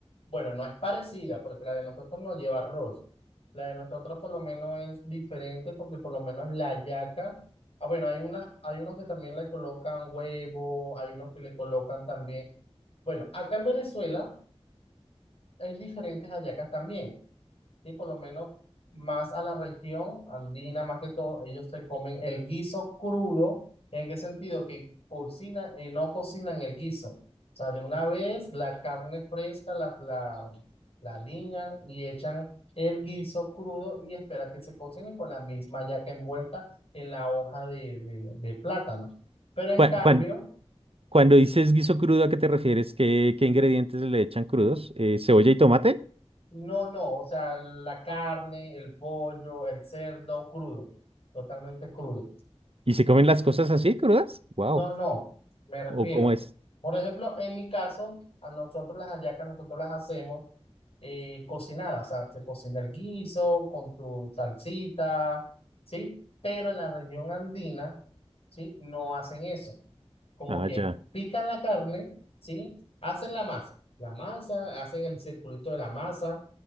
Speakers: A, on the left; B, on the right.
A: bueno, no es parecida porque la de nosotros no lleva arroz. La de nosotros por lo menos es diferente porque por lo menos la yaca, ah, bueno, hay una, hay unos que también le colocan huevo, hay unos que le colocan también, bueno, acá en Venezuela hay diferentes hallacas también. Sí, por lo menos más a la región andina, más que todo, ellos se comen el guiso crudo. ¿En qué sentido? Que cocinan, eh, no cocinan el guiso. O sea, de una vez la carne fresca la, la, la aliñan y echan el guiso crudo y esperan que se cocine con la misma yaca envuelta en la hoja de, de, de plátano. Pero en
B: Cuan-
A: cambio,
B: cuan- Cuando, dices guiso crudo, ¿a qué te refieres? ¿Qué, qué ingredientes le echan crudos? Eh, ¿cebolla y tomate?
A: no, no, o sea, la carne, el pollo, el cerdo crudo, totalmente crudo.
B: ¿Y se comen las cosas así, crudas? Wow.
A: No, no, me refiero.
B: ¿O cómo es?
A: Por ejemplo, en mi caso, a nosotros las hallacas, nosotros las hacemos eh, cocinadas, o sea, se cocina el guiso con tu salsita, ¿sí? Pero en la región andina, ¿sí? No hacen eso como
B: Ah,
A: que
B: ya.
A: pican la carne, ¿sí? Hacen la masa, la masa, hacen el circulito de la masa